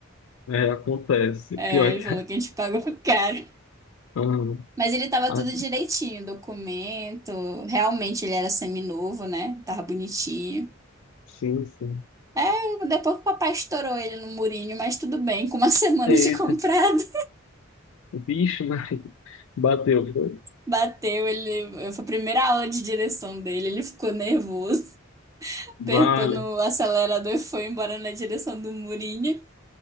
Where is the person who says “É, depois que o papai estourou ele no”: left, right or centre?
Right